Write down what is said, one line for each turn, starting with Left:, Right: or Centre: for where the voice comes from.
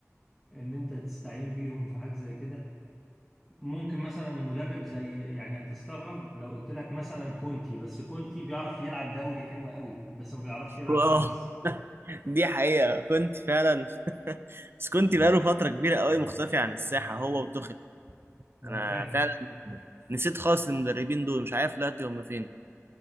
Centre: ان انت تستعين بيهم في حاجة زي كده ممكن مثلا مدرب زي يعني هتستغرب لو قلت لك مثلا كونتي بس كونتي بيعرف يلعب دوري حلو قوي بس ما بيعرفش يلعب
Right: اه
Centre: كاس
Right: دي حقيقة كنت فعلا بس كنت بقاله فترة كبيرة قوي مختفي عن الساحة هو وتوخيل
Centre: ما
Right: انا
Centre: انا فاهم
Right: فعلا نسيت خالص المدربين دول مش عارف دلوقتي هم فين